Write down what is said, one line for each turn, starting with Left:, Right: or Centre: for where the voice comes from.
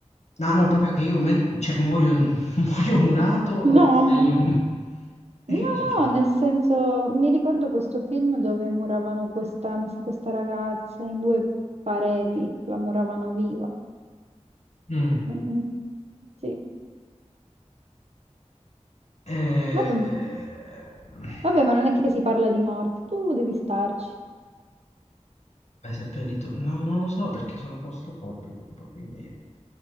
Left: no, no, proprio che io men- cioè, muoio, <laughs> muoio murato o
Right: No,
Left: mi sveglio.
Right: amore.
Left: <laughs> E
Right: No,
Left: che mi succede?
Right: no, nel senso, mi ricordo questo film dove muravano questa, mi sa, questa ragazza in due pareti, la muravano viva.
Left: Mm.
Right: Mm, Sì,
Left: Eh,
Right: vabbè,
Left: eh,
Right: vabbè, ma non è che si parla di morte, tu devi starci.
Left: beh, seppellito, no, non lo so perché sono claustrofobico un po', quindi...